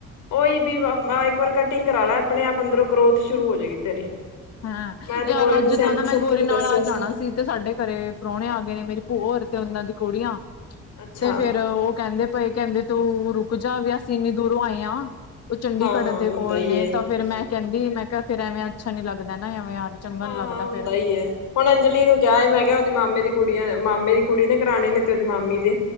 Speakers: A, on the left; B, on the left.
A: ਉਹੀ ਵੀ ਇੱਕ ਵਾਰ ਕਟਿੰਗ ਕਰਾ ਲੈ ਆਪਣੇ ਆਪ ਅੰਦਰੋਂ ਗਰੋਥ ਸ਼ੁਰੂ ਹੋ ਜੇਗੀ ਤੇਰੀ।
B: ਹੈਂ
A: ਮੈਂ ਤੇ
B: ਯਾਰ
A: ਗੋਰੀ
B: ਅੱਜਦਾਂ
A: ਨੂੰ ਸ਼ੈਂਪੂ
B: ਨਾ ਮੈਂ
A: ਸ਼ੈਂਪੂ
B: ਗੋਰੀ
A: ਵੀ
B: ਨਾਲ
A: ਦੱਸਿਆ
B: ਆਜ ਆਣਾ ਸੀ, ਤੇ ਸਾਡੇ ਘਰੇ ਪ੍ਰਾਹਣੇ ਆ ਗਏ ਨੇ ਮੇਰੀ ਭੂ ਹੋਰ ਤੇ ਉਹਨਾਂ ਦੀ ਕੁੜੀਆਂ,
A: ਅੱਛਾ
B: ਤੇ ਫੇਰ ਊ ਕੈੰਦੇ ਪਏ ਕੈੰਦੇ ਤੂੰ ਰੁ <unintelligible> ਵੀ ਅਸੀਂ ਇੰਨੀ ਦੂਰੋਂ ਆਏ ਹਾਂ। ਉਹ ਚੰਡੀਗੜ੍ਹ
A: ਹਾਂ ਹਾਂ
B: ਦੇ
A: ਹੁੰਦਾ
B: ਕੋਲ
A: ਹੀ
B: ਨੇ
A: ਏ।
B: ਤਾਂ, ਫਿਰ ਮੈਂ ਕੈੰਦੀ ਮੈਂ ਕਿਹਾ ਫਿਰ ਐਵੇਂ ਅੱਛਾ ਨੀ ਲੱਗਦਾ ਨਾ ਐਵੇਂ ਚੰਗਾ
A: ਹਾਂ
B: ਨੀ ਲੱਗਦਾ
A: ਹਾਂ ਹੁੰਦਾ
B: ਫੇਰ
A: ਈ ਏ, ਹੁਣ ਅੰਜਲੀ ਨੂੰ ਕਿਆ ਮੈਂ ਕਿਆ ਉਹਦੀ ਮਾਮੇ ਦੀ ਕੁੜੀਆਂ ਮਾਮੇ ਦੀ ਕੁੜੀ ਨੇ ਕਰਾਣੇ ਨੇ ਤੇ ਉਹਦੀ ਮਾਮੀ ਦੇ